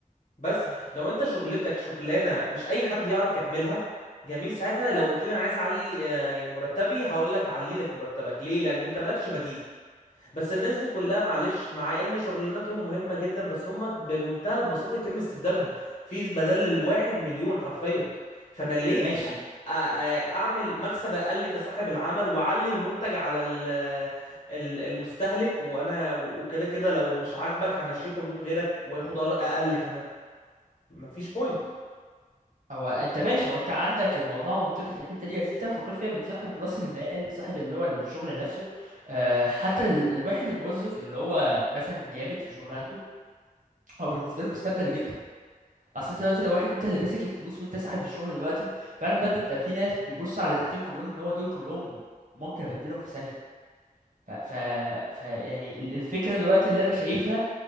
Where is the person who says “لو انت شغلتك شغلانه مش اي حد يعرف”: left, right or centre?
Left